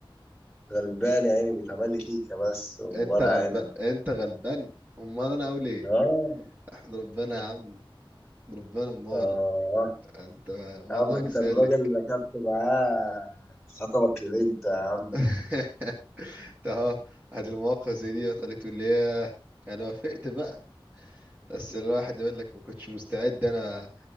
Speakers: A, in the centre; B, on the right.
A: غلبان يا عيني بيتعمل لي كيكه بس وورق
B: انت غلبان
A: عنب
B: انت غلبان امال انا اقول ايه
A: اه
B: احمد ربنا يا عم احمد ربنا امال
A: اه
B: انت وضعك
A: يا عم انت
B: سالك
A: الراجل اللي ركبت معاه خطبك لبنت يا عم
B: <laughs> انت اهو هذه المواقف زي دي خليته اللي هي انا وافقت بقى بس الواحد يقول لك ما كنتش مستعد انا